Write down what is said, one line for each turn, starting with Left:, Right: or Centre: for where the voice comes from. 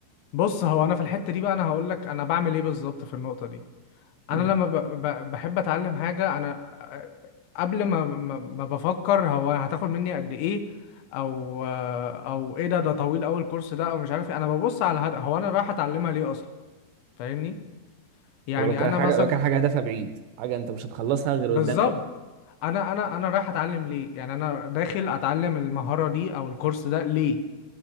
Left: بص هو انا في الحته دي بقى انا هقول لك انا بعمل ايه بالظبط في النقطه دي انا
Right: مم.
Left: لما ب... ب... بحب اتعلم حاجه انا آه، قبل ما ما, ما بفكر هو هتاخد مني قد ايه او آه، او ايه ده ده طويل قوي الكورس ده او مش عارف ايه انا ببص على الهدف هو انا رايح اتعلمها ليه اصلا فاهمني يعني
Right: طب لو كان
Left: انا
Right: حاجه
Left: مثلا
Right: لو كان حاجه هدفها بعيد حاجه انت مش هتخلصها غير
Left: بالظبط
Right: قدام
Left: انا انا انا رايح اتعلم ليه يعني انا داخل اتعلم المهاره دي او الكورس ده ليه